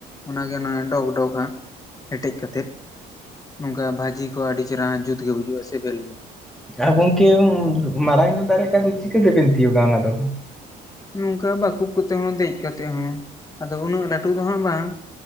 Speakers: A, on the left; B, in the centre.
A: ᱚᱱᱟᱜᱮ ᱚᱱᱟ ᱰᱚᱜᱽ ᱰᱚᱜᱽ ᱦᱟᱸᱜ ᱦᱮᱴᱮᱡ ᱠᱟᱛᱮᱫ ᱱᱚᱝᱠᱟ ᱵᱷᱟᱹᱡᱤ ᱠᱚ ᱟᱹᱰᱤ ᱪᱮᱦᱨᱟ ᱡᱩᱛ ᱜᱮ ᱵᱩᱡᱩᱜᱼᱟ ᱥᱮᱵᱮᱞ ᱜᱮ
B: ᱟᱨ ᱜᱚᱝᱠᱮ ᱢᱟᱨᱟᱝ ᱧᱚᱜ ᱫᱟᱨᱮ ᱠᱷᱟᱡ ᱫᱚ ᱪᱤᱠᱟ. ᱛᱮᱵᱤᱱ ᱛᱤᱭᱩᱜᱟ ᱚᱱᱟᱫᱚ?
A: ᱱᱚᱝᱠᱟ ᱵᱟᱠᱩᱵ ᱠᱚᱛᱮ ᱦᱚᱸ ᱫᱮᱡ ᱠᱟᱛᱮᱜ ᱦᱚᱸ ᱟᱫᱚ ᱩᱱᱟᱹᱜ ᱞᱟᱹᱴᱩ ᱫᱚ ᱦᱟᱸᱜ ᱵᱟᱝ